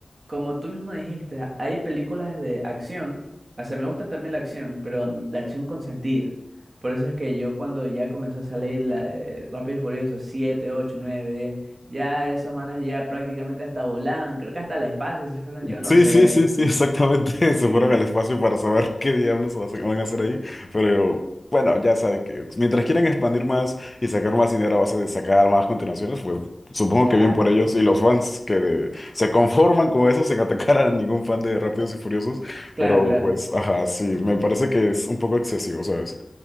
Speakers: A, on the right (about 65°); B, on the left (about 30°).
A: como tú mismo dijiste, a- hay películas de acción, o sea, me gustan también la acción, pero mm, la acción con sentido. Por eso es que yo cuando ya comenzó a salir la de Rápido y Furioso 7, 8, 9, 10, ya esos manes ya prácticamente hasta volaban, creo que hasta el espacio se fueron, yo
B: Sí,
A: no sé.
B: sí, sí,
A: la
B: sí,
A: verdad.
B: exactamente. <laughs> Se
A: Sí,
B: fueron
A: me-
B: al espacio para saber qué diablos vas a- van a hacer ahí. Pero bueno, ya saben que mientras quieran expandir más y sacar más dinero a base de sacar más continuaciones, pues supongo
A: claro,
B: que bien por ellos y los fans que de- se conforman con eso sin atacar a ningún fan de Rápidos y Furiosos.
A: claro,
B: Pero
A: claro.
B: pues, ajá, sí, me parece que es un poco excesivo, ¿sabes?